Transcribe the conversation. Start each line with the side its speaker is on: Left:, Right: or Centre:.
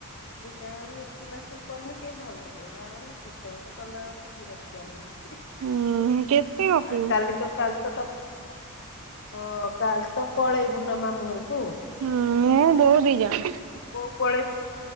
Left: ଦିଟା ମିଶି ମାସିକି କନେ ଟିକେ ଭଲ ଲାଗେ ବା ଏ ଗୋଟେ ଗୋଟେ କଲା ବିରକ୍ତିଆ ଲାଗୁଛି।
Right: ହୁଁ କେତେ ଗପିବୁ?
Left: ଆ କାଲି ତ କାଲି ତ ହଁ କାଲି ତ ପଳେଇବୁ ନା ମାମୁଁ ଘରକୁ।
Right: ହୁଁ <unintelligible>
Left: ବୋଉ ପଳେଇବ